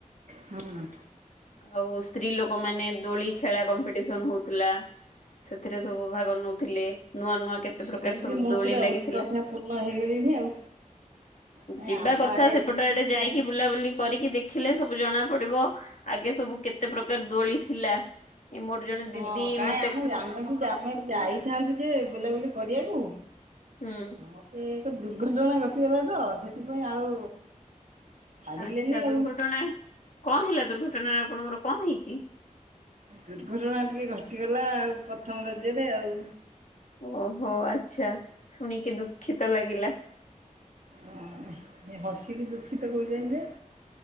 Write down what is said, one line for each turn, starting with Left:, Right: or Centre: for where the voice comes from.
Right: ହୁଁ
Left: ଆଉ ସ୍ତ୍ରୀ ଲୋକ ମାନେ ଦୋଳି ଖେଳା କମ୍ପିଟିସନ ହଉଥିଲା। ସେଥିରେ ସବୁ ଭାଗ ନଉଥିଲେ। ନୂଆ ନୂଆ କେତେ
Right: ଶୁଣିକି
Left: ପ୍ରକାର ସବୁ
Right: ମୁଁ
Left: ଦୋଳି
Right: ପୁରା
Left: ଲାଗିଥିଲା।
Right: ଉତ୍କଣ୍ଠା ପୂର୍ଣ୍ଣ ହେଇଗଲିଣି ଆଉ। କାଇଁ
Left: ଯିବା
Right: ଆମ
Left: କଥା
Right: ଆଡେ
Left: ସେପଟେ
Right: ଏମିତି କିଛି
Left: ଆଡେ ଯାଇକି
Right: ନାହିଁ।
Left: ବୁଲାବୁଲି କରିକି ଦେଖିଲେ ସବୁ ଜଣା ପଡିବ ଆଗେ ସବୁ କେତେ ପ୍ରକାର ଦୋଳି ଥିଲା। ଏଇ ମୋର ଜଣେ
Right: ହଁ
Left: ଦିଦି
Right: କାଇଁ
Left: ମ
Right: ଆମେ ବି ଆମେ ଜାଇଥାନ୍ତୁ ଯେ ବୁଲାବୁଲି କରିବାକୁ।
Left: ହୁଁ
Right: ମୋତେ ଏକ ଦୁର୍ଘଟଣା ଘଟିଗଲା ତ ସେଥିପାଇଁ ଆଉ ଛାଡ଼ିଲେନି
Left: ଆଚ୍ଛା
Right: ଆଉ
Left: ଦୁର୍ଘଟଣା କଁ ହେଲା ଦୁର୍ଘଟଣାରେ ଆପଣଙ୍କର କଁ ହେଇଛି।
Right: ଦୁର୍ଘଟଣା ଟିକେ ଘଟିଗଲା ଆଉ ପ୍ରଥମ ରଜ୍ୟରେ ଆଉ
Left: ଓହୋ ଆଚ୍ଛା ଶୁଣିକି ଦୁଃଖିତ ଲାଗିଲା।
Right: ଅ ହସିକି ଦୁଃଖିତ କହୁଛନ୍ତି ଯେ